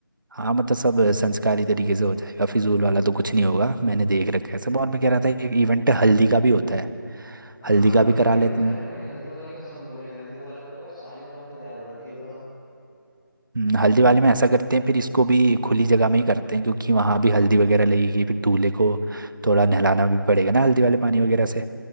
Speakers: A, on the right (about 65°); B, on the left (about 20°).
A: हाँ मतलब सब संस्कारी तरीके से हो जाएगा फिजूल वाला तो कुछ नहीं होगा मैंने देख रखा है सब और मैं कह रहा था एक इवेंट हल्दी का भी होता है
B: हाँ
A: हल्दी
B: हल्दी
A: का भी
B: वाले
A: करा
B: के
A: लेते
B: तो तैयार
A: हैं
B: है भाई हल्दी वाले के तो सब बोल रहे हैं हल्दी वाले में तो भाई सारी फैमिली तैयार हो रखी है बताओ
A: हम्म, हल्दी वाले में ऐसा करते हैं फिर इसको भी खुली जगह में ही करते हैं क्योंकि वहाँ भी हल्दी वगैरह लगेगी फिर दूल्हे को थोड़ा नहलाना भी पड़ेगा ना हल्दी वाले पानी वगैरह से